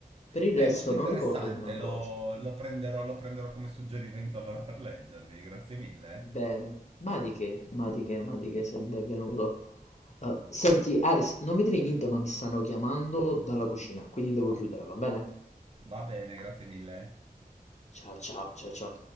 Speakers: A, on the left; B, on the right.
A: Per il
B: Beh,
A: resto
B: molto
A: non
B: interessante,
A: ricordo bene la
B: lo,
A: prosa.
B: lo prenderò, lo prenderò come suggerimento allora per leggerli. Grazie mille.
A: Bene, ma di che, ma di che, ma di che sei il benvenuto. Eh, senti, Aris, non mi dire niente, ma mi stanno chiamando dalla cucina, quindi devo chiudere, va bene?
B: Va bene, grazie mille.
A: Ciao, ciao, ciao, ciao.